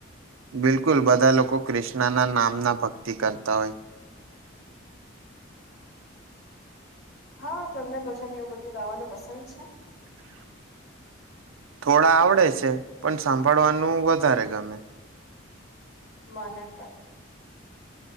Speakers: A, on the right; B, on the left.
A: બિલકુલ બધા લોકો ક્રિષ્ણાના નામના ભક્તિ કરતા હોય
B: હા, તમને ભજન એવું બધું ગાવાનું પસંદ છે?
A: થોડા આવડે છે, પણ સાંભળવાનું વધારે ગમે.
B: મને પણ.